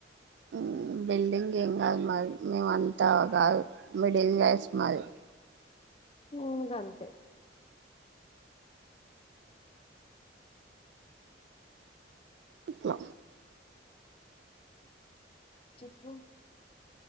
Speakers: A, on the right; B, on the left.
A: మ్ బిల్డింగ్ ఏం కాదు మరి మేము అంతా కాదు మిడిల్ క్లాస్ మాది
B: ఇంగ అంతే
A: ఇట్ల
B: చెప్పు